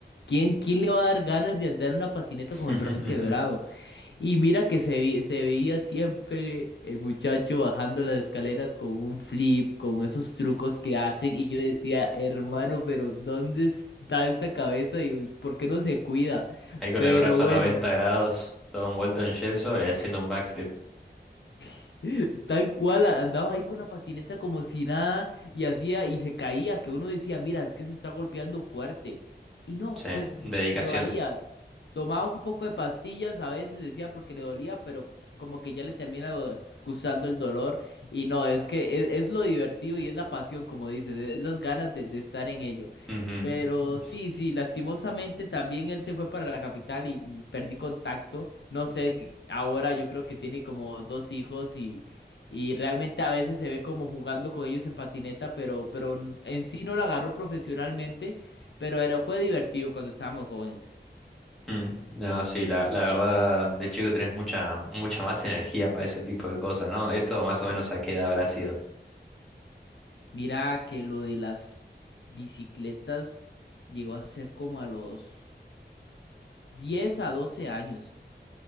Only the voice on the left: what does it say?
¿Quién, quién le va a dar ganas de andar en una patineta
con el brazo quebrado? Y mira que se, vi- se veía siempre el muchacho bajando las escaleras con un flip, con esos trucos que hacen. Y yo decía, hermano, pero ¿dónde está esa cabeza y por qué no se cuida?
Pero
bueno.
<laughs> Tal cual, a- andaba ahí con la patineta como si nada y hacía y se caía, que uno decía, mira, es que se está golpeando fuerte. Y no,
pues
le valía. Tomaba un poco de pastillas, a veces decía porque le dolía, pero como que ya le termina do- gustando el dolor. Y no, es que es, es lo divertido y es la pasión, como dices, es las ganas de, de estar en ello.
Pero
sí, sí, lastimosamente también él se fue para la capital y y perdí contacto. No sé, que ahora yo creo que tiene como dos hijos y, y realmente a veces se ve como jugando con ellos en patineta, pero, pero n- en sí no lo agarró profesionalmente, pero era, fue divertido cuando estábamos jóvenes.
Mira que lo de las bicicletas llegó a ser como a los 10 a 12 años.